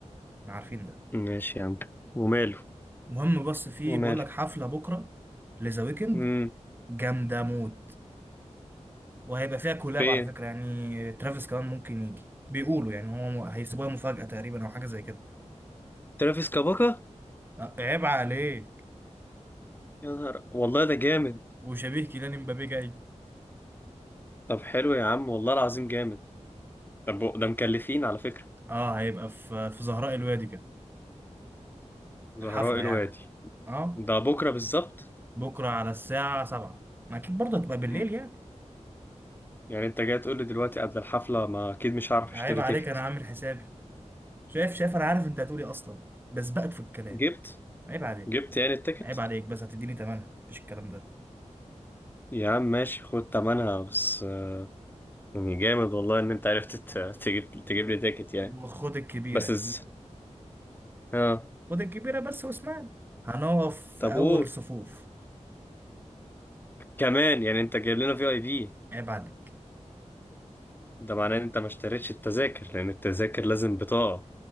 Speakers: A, on the right; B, on the left.
A: احنا عارفين ده
B: ماشي يا عم وماله
A: المهم بس في
B: وماله
A: بقول لك حفله بكره لذا ويكند
B: امم
A: جامده موت وهيبقى فيها كولاب
B: فين
A: على فكرة يعني ترافيس كمان ممكن يجي بيقولوا يعني هو هيسيبوها مفاجأة تقريبا أو حاجة زي كده
B: ترافيس كاباكا
A: أه، عيب عليك
B: يا نهار والله ده جامد
A: وشبيه كيليان مبابي جاي
B: طب حلو يا عم والله العظيم جامد طب ده مكلفين على فكرة
A: اه هيبقى في في زهراء الوادي كده
B: زهراء
A: الحفلة
B: الوادي
A: يعني اه
B: ده بكرة بالظبط
A: بكرة على الساعة سبعة ما أكيد برضه هتبقى بالليل
B: م.
A: يعني
B: يعني انت جاي تقول لي دلوقتي قبل الحفلة ما اكيد مش هعرف اشتري
A: عيب عليك
B: تيكت
A: أنا عامل حسابي شايف شايف أنا عارف أنت هتقولي أصلا بس بقت في الكلام
B: جبت
A: عيب عليك
B: جبت يعني التيكت
A: عيب عليك بس هتديني تمنها مفيش الكلام ده
B: يا عم ماشي خد تمنها بس آه، يعني جامد والله ان انت عرفت ت- تجيب تجيب لي تيكت يعني
A: وخد الكبيرة
B: بس از... اه
A: خد الكبيرة بس واسمعني هنقف في
B: طب
A: أول
B: قول
A: صفوف
B: كمان يعني انت جايب لنا في اي بي
A: عيب عليك
B: ده معناه ان انت ما اشتريتش التذاكر لان التذاكر لازم بطاقة